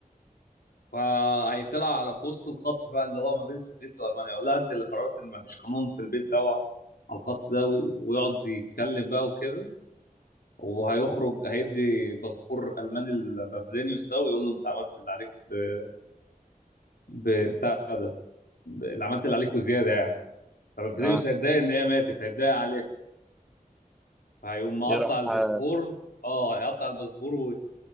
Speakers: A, on the left; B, in the centre.
A: فهيطلع على في وسط الخط بقى اللي هو ما بين السوفيت والمانيا يقول لها انت اللي قررت ان ما فيش قانون في البيت ده وع- على الخط ده وي- ويقعد يتكلم بقى وكده وهيخرج هيدي باسبور الماني لبافلينيوس ده ويقول له انت عملت اللي عليك ب- بتاع ده ب- اللي عملت اللي عليك وزياده يعني فبافلينيوس
B: آه
A: هيتضايق ان هي ماتت هيتضايق عليها هيقوم مقطع
B: يروح
A: الباسبور
B: آه
A: اه هيقطع الباسبور